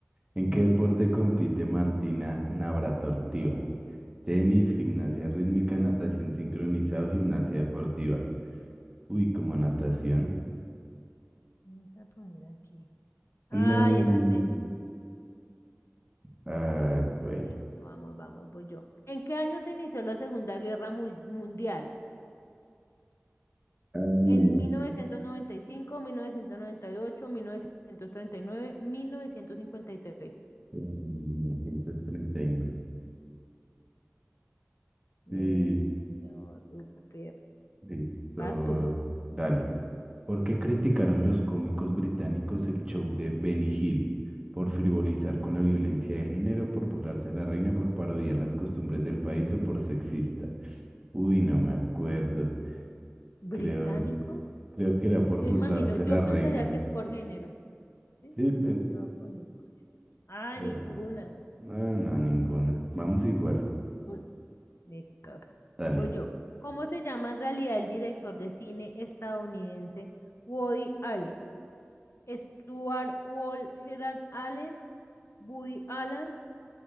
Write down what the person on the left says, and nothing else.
Vamos a poner aquí. Ay,
era tenis.
Listo, vamos, vamos, voy yo. ¿En qué año se inició la Segunda Guerra Mul- Mundial?
¿En mil mil mil mil novecientos novecientos novecientos noventa noventa y y y cinco, ocho, mil novecientos treinta y nueve, mil novecientos cincuenta y tres.
Listo,
súper.
Vas tú.
¿Británicos?
Yo
imagino, yo
pensaría
que es por género. ¿sí?
Yo voy a poner por... Ah,
ninguna.
Por Listos.
Voy yo. ¿Cómo se llama en realidad el director de cine estadounidense Woody Allen? Stuart Wall, Gerard Allen, Woody Allen,